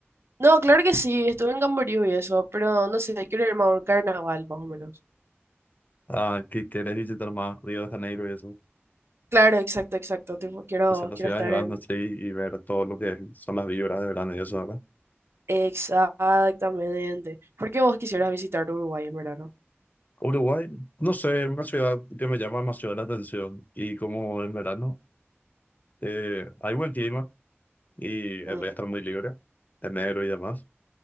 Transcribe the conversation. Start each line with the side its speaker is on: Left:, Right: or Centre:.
Right: No, claro que sí, estuve en Camboriú y eso, pero no sé, quiero irme a un carnaval más o menos.
Left: Ah, que querés visitar más Río de Janeiro y eso.
Right: Claro, exacto, exacto. Tipo, quiero,
Left: O sea, las
Right: quiero
Left: ciudades
Right: estar
Left: grandes,
Right: en,
Left: sí, y ver todo lo que son las vibras de verano y eso, ¿verdad?
Right: Exactamente. ¿Por qué vos quisieras visitar Uruguay en verano?
Left: Uruguay, no sé, es una ciudad que me llama demasiado la atención. Y como en verano, eh, hay buen clima y el
Right: Mm,
Left: día está muy libre, enero y demás.